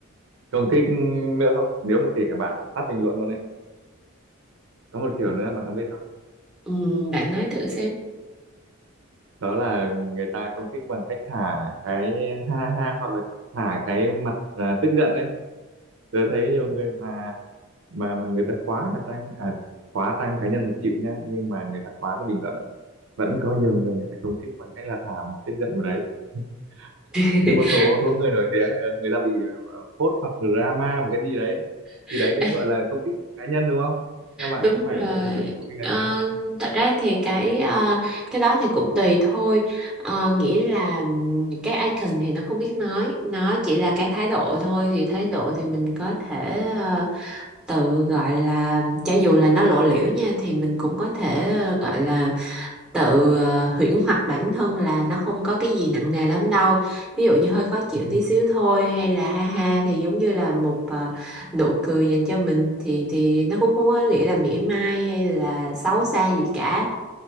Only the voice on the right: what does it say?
công kích nữa không nếu mà kể cả bạn tắt bình luận luôn đấy có một kiểu nữa bạn có biết không
đó là người ta công kích bằng cách thả cái ha ha hoặc là thả cái mặt à, tức giận đấy tôi thấy nhiều người mà mà mà người ta khóa cả trang à, khóa trang cá nhân thì chịu nhá nhưng mà người ta khóa cái bình luận ạ. vẫn có nhiều người người ta công kích bằng cách là thả mặt tức giận vào đấy <laughs>
nhưng một số số người nổi tiếng ấy, ờ, người ta bị ờ, phốt hoặc drama một cái gì đấy
thì đấy cũng gọi là công kích cá nhân đúng không các bạn
này có phải
đấy là một công kích cá
nhân không
<laughs>